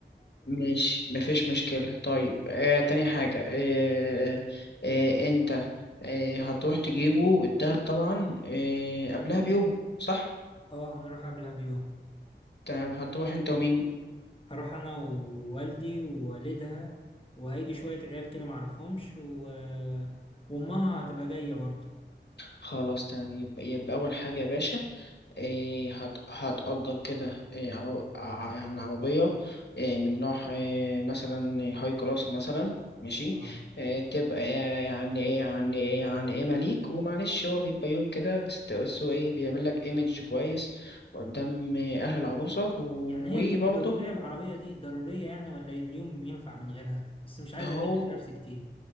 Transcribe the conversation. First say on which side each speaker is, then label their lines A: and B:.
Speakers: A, on the left (about 65°); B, on the left (about 30°).
A: ماشي مفيش مشكلة طيب آه تاني حاجة آه آه انت آه هتروح تجيبه الدهب طبعا آه قبلها بيوم صح؟
B: اه هنروح قبلها بيوم
A: تمام هتروح انت ومين؟
B: هروح انا ووالدي ووالدها وهيجي شوية عيال كده معرفهمش و... وامها هتبقى جاية برضو
A: خلاص تمام يبقى, يبقى أول حاجة يا باشا إيه هت... هتأجر كده إيه عرب... ع- يعني عربية إيه من نوع إيه مثلا هاي كلاس مثلا ماشي
B: اه
A: إيه تبقى إيه يعني إيه يعني إيه يعني إيه مليك ومعلش هو بيبقى يوم كده بس الت- بس هو إيه بيعمل لك إيمج كويس قدام إيه أهل العروسة وبرضه
B: يعني هي بتبقى ضرورية العربية دي ضرورية يعني ولا اليوم ينفع من غيرها بس مش عايز
A: أهو
B: اكلف نفسي كتير